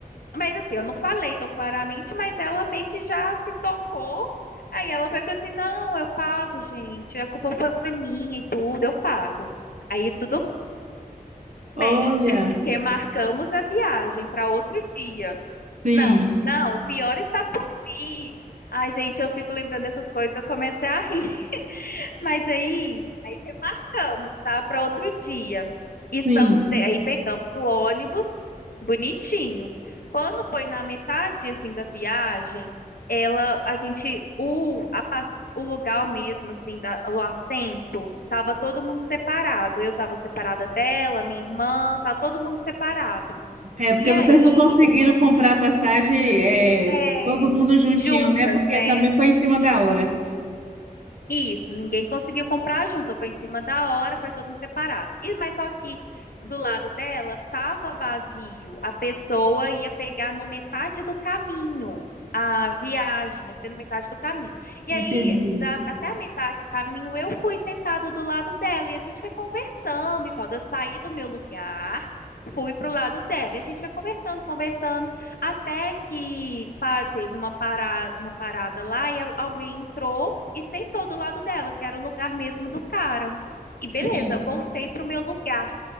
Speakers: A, on the left (about 80°); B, on the right (about 55°).
A: Mas assim, eu não falei tão claramente, mas ela meio que já se tocou. Aí ela foi para assim: "Não, eu pago, gente. A culpa foi minha e tudo, eu pago". Aí tudo
B: Olha,
A: bem. <laughs> Remarcamos a viagem para outro dia.
B: sim,
A: Não, não, o pior está por vir. Ai, gente, eu fico lembrando dessas coisas, eu comecei a rir. <laughs> Mas aí ficamos, tá? Para outro dia. Estamos,
B: sim.
A: de- aí pegamos o ônibus bonitinho. Quando foi na metade assim da viagem, ela, a gente, o, a pas- o lugar mesmo assim da, o assento, tava todo mundo separado. Eu tava separada dela, minha irmã, tava todo mundo separado.
B: É porque
A: E aí,
B: vocês não conseguiram
A: o, lu-
B: comprar a passagem, é,
A: é,
B: todo mundo juntinho,
A: juntas,
B: né? Porque
A: né?
B: também foi em cima da hora.
A: Isso, ninguém conseguiu comprar junto, foi em cima da hora, foi todo mundo separado. E, mas só que do lado dela tava vazio, a pessoa ia pegar no metade do caminho a viagem, ia ser no metade do caminho. E
B: Entendi.
A: aí, da- até a metade do caminho, eu fui sentada do lado dela e a gente foi conversando e tal. Daí Eu saí do meu lugar, fui pro lado dela e a gente foi conversando, conversando. Até que pá, teve uma parada, uma parada lá e al- alguém entrou e sentou do lado dela, que era o lugar mesmo do cara. E
B: Sim.
A: beleza, voltei pro meu lugar.